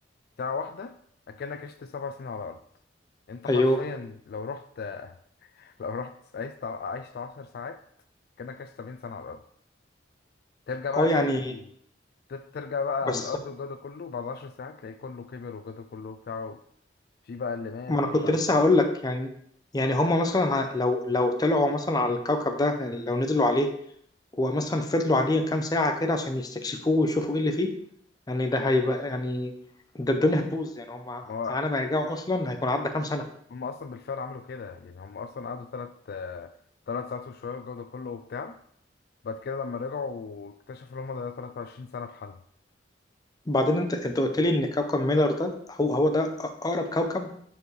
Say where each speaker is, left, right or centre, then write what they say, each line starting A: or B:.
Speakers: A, on the left; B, on the left.
A: ساعة واحدة أكنك عشت سبع سنين على الأرض أنت حرفيا
B: ايوه
A: لو رحت لو رحت عشت عشت عشر ساعات كأنك عشت سبعين سنة على الأرض ترجع بقى
B: اه
A: تلاقي
B: يعني
A: ت- ترجع بقى
B: بس
A: على الأرض والجو ده كله بعد عشر ساعات تلاقي كله كبر والجو ده كله وبتاع في بقى اللي مات
B: ما انا
A: في
B: كنت
A: بقى
B: لسه
A: عايش.
B: هقول لك يعني يعني هما مثلا ه- لو لو طلعوا مثلا على الكوكب ده لو نزلوا عليه ومثلا فضلوا عليه كام ساعة كده عشان يستكشفوه ويشوفوا ايه اللي فيه يعني ده هيبقى يعني ده الدنيا هتبوظ يعني هما
A: ما هو
B: على ما يرجعوا اصلا هيكون عدى كام سنة
A: هم أصلا بالفعل عملوا كده يعني هم أصلا قعدوا تلات تلات ساعات وشوية والجو ده كله وبتاع بعد كده لما رجعوا اكتشفوا ان هم ضيعوا 23 سنة بحالهم
B: وبعدين انت انت قلت لي ان كوكب ميلر ده هو هو ده اقرب كوكب